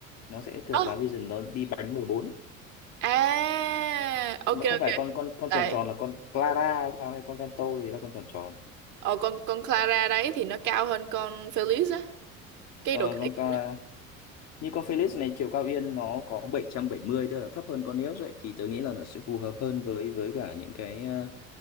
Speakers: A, on the left; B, on the right.
A: nó sẽ thuộc
B: Ơ,
A: giá Vision nó đi bánh mười bốn
B: à, ok
A: chứ nó không
B: ok.
A: phải con con con
B: Tại
A: tròn tròn là con Clara sao hay con Vento gì là con tròn tròn
B: ờ con con Clara đấy thì nó cao hơn con Felix á, cái
A: ờ,
B: độ
A: con
B: cái
A: Clara.
B: đấy.
A: như con Felix này chiều cao yên nó có bảy bảy trăm bảy mươi tức là thấp hơn con Neos ấy thì tớ nghĩ là nó sẽ phù hợp hơn với với cả những cái ờ,